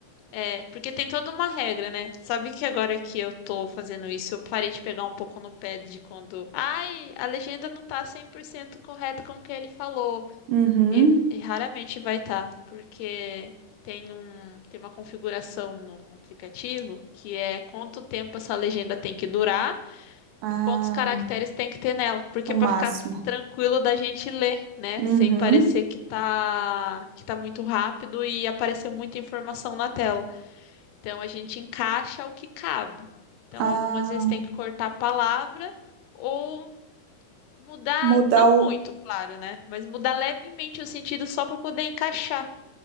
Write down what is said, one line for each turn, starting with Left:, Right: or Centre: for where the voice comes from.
Left: É, porque tem toda uma regra, né? Sabe que agora que eu tô fazendo isso, eu parei de pegar um pouco no pé de quando. Ai, a legenda não tá 100% correta com o que ele falou.
Right: Uhum.
Left: E, e raramente vai estar. tá, porque tem um, tem uma configuração no aplicativo que é quanto tempo essa legenda tem que durar.
Right: Ah,
Left: E quantos caracteres tem que ter nela? Porque
Right: o máximo.
Left: para ficar tranquilo da gente ler, né?
Right: Uhum.
Left: Sem parecer que tá que tá muito rápido e apareceu muita informação na tela. Então a gente encaixa o que cabe. Então
Right: Ah,
Left: algumas vezes tem que cortar a palavra ou mudar,
Right: mudar
Left: não
Right: o.
Left: muito, claro, né? Mas mudar levemente o sentido só para poder encaixar.